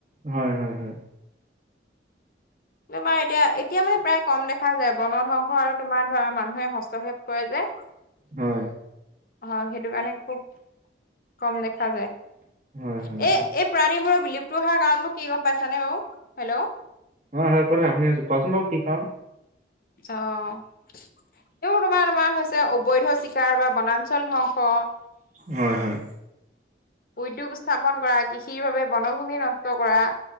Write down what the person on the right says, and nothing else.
হয়, হয়, হয়।
হয়।
হয় হয়
হয়, হয়, কৈ থাকা শুনি আছোঁ, কোৱাচোন বাৰু কি কাৰণ?
হয়, হয়।